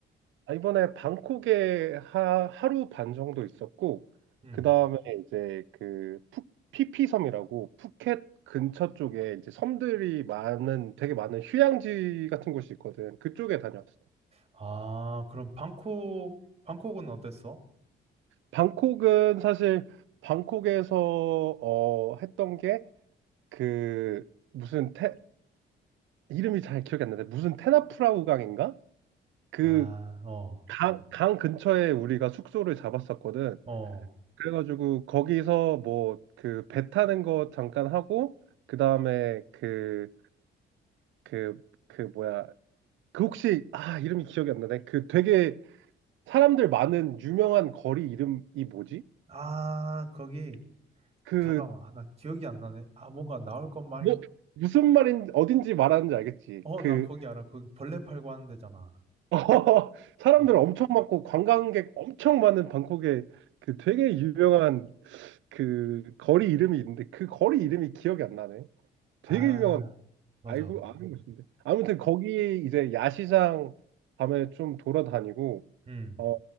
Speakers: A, on the right (about 75°); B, on the right (about 30°).
A: 아, 이번에 방콕에 하, 하루 반 정도 있었고,
B: 음.
A: 그 다음에 이제 그 푸, 피피섬이라고 푸켓 근처 쪽에 이제 섬들이 많은, 되게 많은 휴양지 같은 곳이 있거든. 그쪽에 다녀왔어.
B: 아, 그럼 방콕, 방콕은 어땠어?
A: 방콕은 사실 방콕에서 어, 했던 게 그 무슨 테, 이름이 잘 기억이 안 나는데 무슨 테나프라 우강인가? 그
B: 아, 어,
A: 강, 강 근처에 우리가 숙소를 잡았었거든.
B: 어.
A: 그래가지고 거기서 뭐 그 배 타는 거 잠깐 하고 그 다음에 그 그 그 뭐야 그 혹시 아 이름이 기억이 안 나네. 그 되게 사람들 많은 유명한 거리 이름이 뭐지?
B: 아, 거기,
A: 그
B: 잠깐만. 아, 나 기억이 안 나네. 아, 뭔가 나올 것 말,
A: 뭐, 무슨 말인 어딘지 말하는지 알겠지?
B: 어,
A: 그
B: 나 거기 알아. 거기 벌레 팔고 하는 데잖아.
A: <laughs> 사람들
B: 어,
A: 엄청 많고 관광객 엄청 많은 방콕에 그 되게 유명한 그 거리 이름이 있는데 그 거리 이름이 기억이 안 나네. 되게
B: 아,
A: 유명한
B: 맞아.
A: 알고 아는 곳인데 아무튼 거기 이제 야시장 밤에 좀 돌아다니고
B: 음,
A: 어,